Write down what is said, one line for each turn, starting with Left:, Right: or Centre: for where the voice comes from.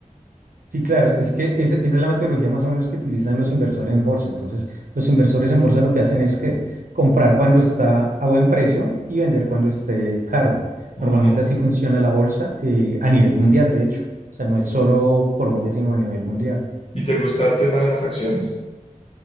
Right: Sí, claro, es que esa, esa es la metodología más o menos que utilizan los inversores en bolsa. Entonces, los inversores en bolsa lo que hacen es que comprar cuando está a buen precio y vender cuando esté caro.
Left: Uh
Right: Normalmente
Left: -huh.
Right: así funciona la bolsa eh, a nivel mundial, de hecho. O sea, no es solo Colombia, sino a nivel mundial.
Left: ¿Y te gusta el tema de las acciones?